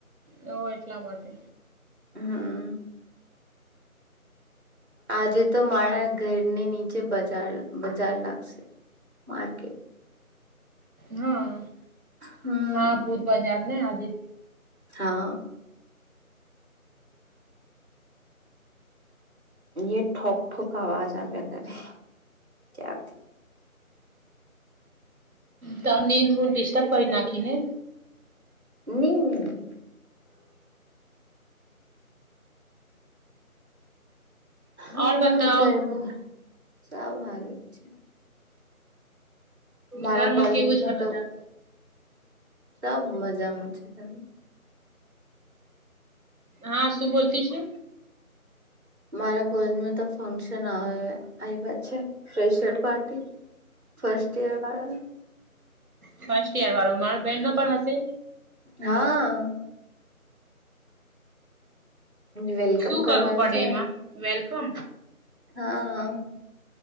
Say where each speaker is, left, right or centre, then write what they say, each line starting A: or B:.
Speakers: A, on the right (about 75°); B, on the right (about 50°).
A: તો એટલા માટે,
B: હા, આજેતો મારા ઘરને નીચે બજાર બજાર લાગશે. માર્કેટ,
A: હા,
B: હમ
A: હા ભુત બજારને આજે.
B: હા, એ ઠોક ઠોક આવાજ આવ્યા કરે ક્યાંથી,
A: તો નીંદ હું ડિસ્ટર્બ કરી નાખીને,
B: નહીં, નહીં હા
A: ઓર બતાવ
B: ગરમ, સાવ હારત છે. મારા
A: ઘરમાં
B: કોલેજમાં
A: કેવું છે બધા
B: તો, તબ મજામાં છે, તો
A: હાશું બોલતી છે,
B: મારા કોલેજમાં તો ફંક્શન આવે આવા છે, ફેશર પાર્ટી ફસ્ટ ઈયર વાળાને.
A: ફર્સ્ટઈયર વાળો મારો બેનનો પણ હશે.
B: હા <inaudible> વેલકમ
A: શું
B: કરવાનું
A: કરવું પડે
B: છે
A: એમાં વેલકમ
B: હા